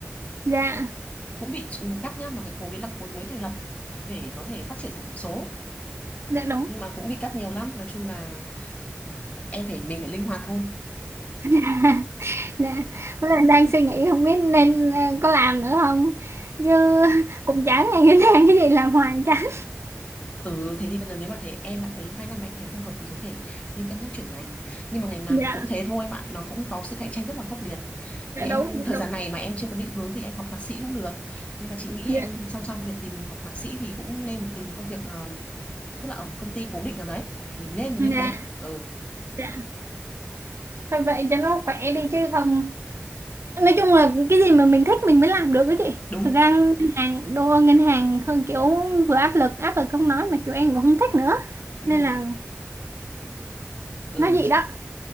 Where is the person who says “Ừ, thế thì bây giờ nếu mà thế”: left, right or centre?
Left